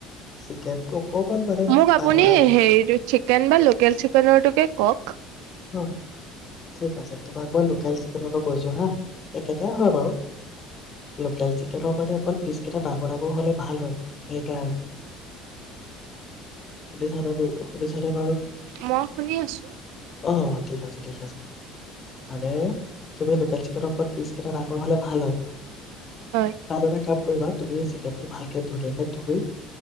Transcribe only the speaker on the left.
চিকেনটো অকণমান মানে
ডাঙৰ ডাঙৰকে
অ' ঠিক আছে, তোমাক বাৰু লোকেল চিকেনৰটো কৈছোঁ হা, একেটাই হয় বাৰু লোকেল চিকেন চিকেনৰ মানে অকণ পিছ কেইটা ডাঙৰ ডাঙৰ হ'লে ভাল হয় সেইকাৰণে, শুনি চানে বাৰু শুনি চানে।
অ ঠিক আছে ঠিক আছে, মানে তুমি লোকেল চিকেনত পিছ কেইটা ডাঙৰ হ'লে ভাল হয়
ভাল এটা কাম কৰিবা তুমি চিকেনটো ভালকে ধুনীয়াকে ধুই